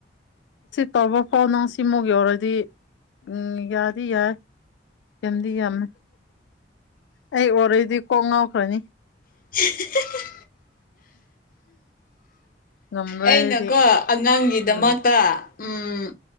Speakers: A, on the left (about 70°); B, on the left (about 50°).
A: ꯇꯧꯕ ꯐꯥꯎ ꯅꯪ ꯁꯤꯃꯨꯛ ꯌꯧꯔꯗꯤ ꯎꯝ ꯌꯥꯗꯤ ꯌꯥꯏ ꯌꯥꯝꯗꯤ ꯌꯥꯝꯃꯦ ꯑꯩ ꯑꯣꯏꯔꯣꯏꯗꯤ ꯀꯣꯛ ꯉꯥꯎꯈ꯭ꯔꯅꯤ
B: <unintelligible>
A: ꯉꯝꯔꯣꯏ
B: ꯑꯩꯅꯀꯣ
A: ꯑꯩꯗꯤ
B: ꯑꯉꯥꯡꯒꯤꯗꯃꯛꯇ
A: ꯎꯝ
B: ꯎꯝ